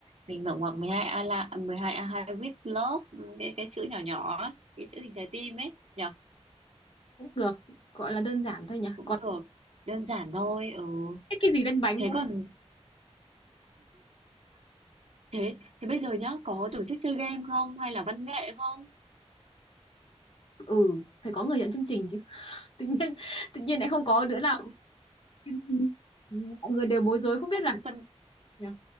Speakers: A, on the right; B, on the left.
A: mình mở ngoặc 12 A là 12 A2 with love cái cái chữ nhỏ nhỏ ấy, cái chữ hình trái tim ấy nhở
B: cũng được gọi là đơn giản thôi nhỉ
A: cũng
B: còn
A: được đơn giản thôi ừ
B: viết cái gì lên bánh
A: thế
B: cũng
A: còn thế thế bây giờ nhá có tổ chức chơi game không hay là văn nghệ không
B: ừ phải có người dẫn chương trình chứ <laughs> tự nhiên tự nhiên lại không có đứa nào <laughs> Ừ, mọi người đều bối rối không biết
A: hay
B: là
A: phân phân
B: Nhờ.